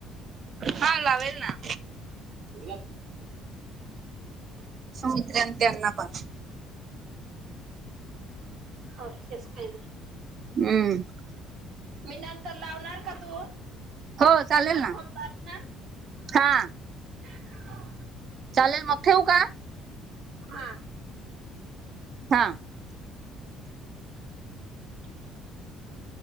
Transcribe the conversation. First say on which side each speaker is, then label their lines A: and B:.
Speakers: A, on the right; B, on the right.
A: हा लावेल ना
B: <unintelligible>
A: मित्रां त्यांना पण
B: हो केस काय
A: हम्म
B: मी नंतर लावणार का तू
A: हो चालेल
B: कन्फर्म
A: ना
B: कर ना
A: हा
B: <unintelligible>
A: चालेल मग ठेवू का?
B: हा
A: हा
B: <unintelligible>